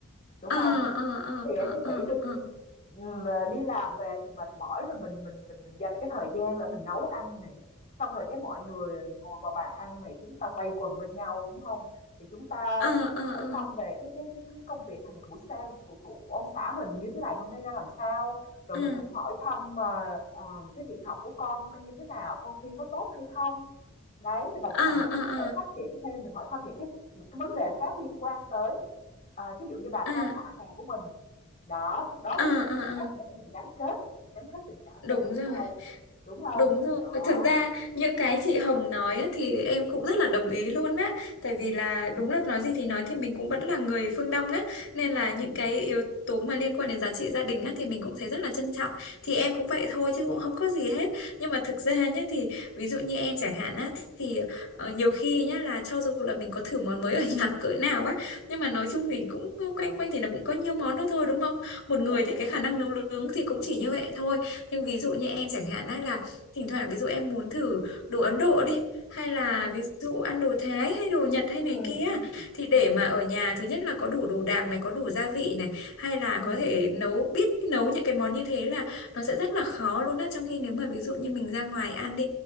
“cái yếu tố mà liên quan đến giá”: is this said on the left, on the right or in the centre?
Left